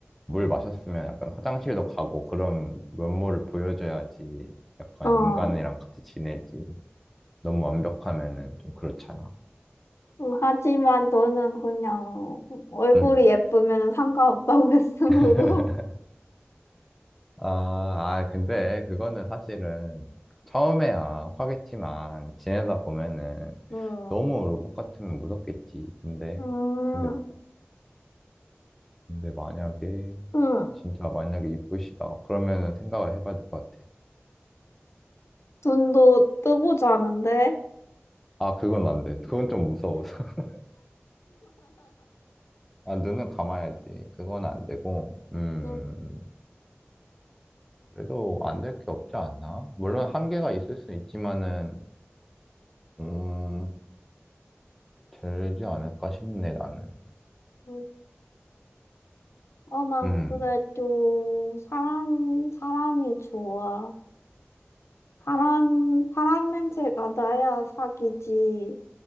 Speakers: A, in the centre; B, on the left.
A: 물 마셨으면 약간 화장실도 가고 그런 면모를 보여줘야지 약간
B: 어.
A: 인간이랑 같이 지내지. 너무 완벽하면은 좀 그렇잖아.
B: 음, 하지만 너는 그냥 얼굴이
A: 응.
B: 예쁘면 상관없다고 <laughs> 했으므로.
A: <laughs> 아, 아, 근데 그거는 사실은 처음에야 화겠지만 지내다 보면은
B: 음.
A: 너무 로봇 같으면 무섭겠지. 근데,
B: 음,
A: 근데, 근데 만약에,
B: 응.
A: 진짜 만약에 이쁘시다. 그러면은 생각을 해봐야 될 것 같아.
B: 눈도 뜨고 자는데?
A: 아, 그건 안 돼. 그건 좀 무서워. <laughs> 아, 눈은 감아야지. 그건 안 되고, 음,
B: 응,
A: 그래도 안될게 없지 않나? 물론 한계가 있을 수 있지만은, 음, 되지 않을까 싶네, 나는.
B: 응. 어, 난
A: 음,
B: 그래, 도 사람, 사람이 좋아. 사람, 사람 냄새가 나야 사귀지.